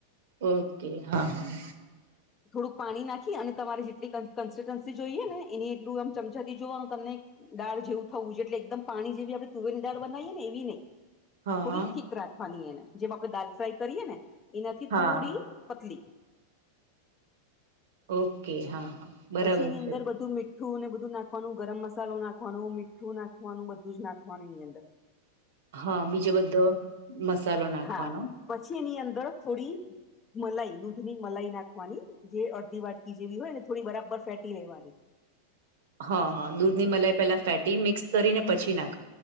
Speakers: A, on the right; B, on the left.
A: ઓકે હા હા
B: થોડુંક પાણી નાખી અને તમારે જેટલી કન્સિસ્ટન્સી જોઈએ ને એની એટલું આમ ચમચાથી જોવાનું તમને દાળ જેવું થવું જોઈએ એટલે એકદમ પાણી જેવી આપણે તુવેરની દાળ બનાવીયેએ ને એવી નહી
A: હા
B: થોડી
A: હા
B: ઠિક રાખવાની એને જેમ આપણે દાલ ફ્રાય કરીએ ને એનાથી થોડી
A: હા
B: પતલી
A: ઓકે હા હા બરાબર
B: પછી એની અંદર
A: છે
B: બધું <unintelligible> ઠું ને બધું નાખવાનું ગરમ મસાલો નાખવાનું મીઠું નાખવાનું બધું જ નાખવાનું એની અંદર
A: હા બીજો બધો મસાલો નાખવાનો
B: હા પછી એની અંદર થોડી મલાઈ દૂધ ની મલાઈ નાખવાની જે અડધી વાટકી જેવી હોય ને થોડી બરાબર ફેટી લેવાની
A: હ હ દૂધ ની મલાઈ પેલા ફેટી મિક્સ કરીને પછી નાખ